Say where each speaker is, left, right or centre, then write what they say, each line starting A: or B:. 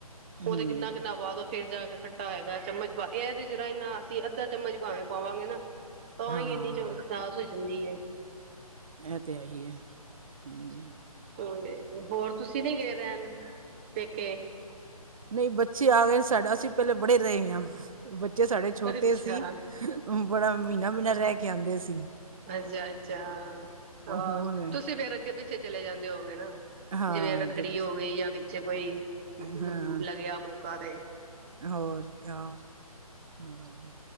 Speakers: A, on the right; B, on the right.
A: ਹਮ
B: ਉਹ ਤੇ ਕਿੰਨਾ ਕਿੰਨਾ ਬਾਅਦ ਫੇਰ ਜਾ ਕੇ ਖੱਟਾ ਹੋਏਗਾ ਚਮਚ ਪਾ ਇਹ ਤੇ ਜਰਾ ਜਿਨਾ ਅਸੀਂ ਅੱਧਾ ਚਮਚ ਭਾਵੇ ਪਾਵਾਂਗੇ ਨਾ ਤਾਂ
A: ਹਾਂ
B: ਹੀ ਇੰਨੀ ਚੌ ਖਟਾਸ ਹੋ ਜਾਂਦੀ ਹੈ।
A: ਇ ਤੇੇ ਆਹੀਏ ਹੇ ਹੂੰ।
B: ਹੋ ਹੋਰ ਤੁਸੀ ਨੀ ਗਏ ਰੈਣ ਪੇਕੇ
A: ਨਹੀ ਬੱਚੇ ਆ ਗਏ ਸਾਡਾ ਅਸੀ ਪਹਿਲੇ ਬੜੇ ਰਹੇ ਹਾਂ ਬੱਚੇ ਸਾਡੇ ਛੋਟੇ
B: ਅੱਛਾ
A: ਸੀ ਬੜਾ ਮਹੀਨਾ ਮਹੀਨਾ ਰਹਿ ਕੇ ਆਂਦੇ ਸੀ।
B: ਅੱਛਾ ਅੱਛਾ ਹਾਂ
A: ਹੁਣ
B: ਤੁਸੀਂ ਫੇਰ ਅੱਗੇ ਪਿੱਛੇ ਚਲੇ ਜਾਂਦੇ ਹੋ ਗਏ ਨਾ
A: ਹਾਂ
B: ਜਿਵੇਂ ਰੱਖੜੀ
A: ਅੱਗੇ ਪਿੱਛੇ
B: ਹੋ ਗਈ ਜਾਂ ਵਿੱਚ ਕੋਈ
A: ਹਾਂ
B: ਲੱਗਿਆ ਮੌ ਕ ਦੇ
A: ਹੋਰ ਕਿਆ ਹਮ